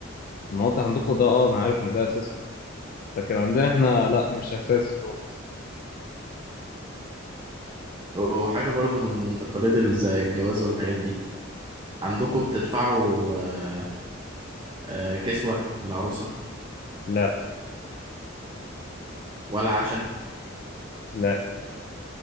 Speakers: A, on the left (about 45°); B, on the right (about 25°).
A: المناطق عندكم ده اه انا عارف ان ده اساسي لكن عندنا احنا لا مش اساسي خالص
B: وحاجة برضو من من تقاليد ال- زي الجواز والحاجات دي عندكم بتدفعوا آه، آه، كسوة للعروسة
A: لا
B: ولا عشاء
A: لا